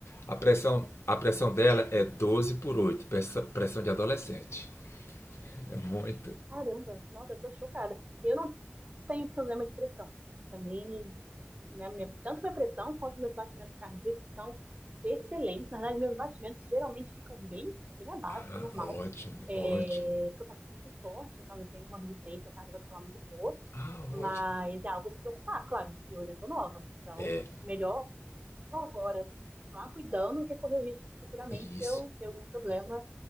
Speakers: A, on the left (about 85°); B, on the right (about 35°).
A: A pressão, a pressão dela é doze por oito pressão, pressão de adolescente. É muito.
B: Caramba, nossa, eu tô chocada. Eu não tenho problema de pressão. Pra mim, minha, minha- tanto minha pressão quanto meus batimentos cardíacos são excelentes. Na verdade, meus batimentos geralmente ficam bem, bem abaixo
A: Ah,
B: do normal.
A: ótimo,
B: É,
A: ótimo.
B: porque eu pratico muito esporte, então eu tenho uma resistência cardiovascular muito boa.
A: Ah,
B: Mas
A: ótimo.
B: é algo a se preocupar, claro. Eu ainda tô nova, então
A: É,
B: melhor agora continuar cuidando que é correr o risco de futuramente
A: Isso,
B: eu ter algum problema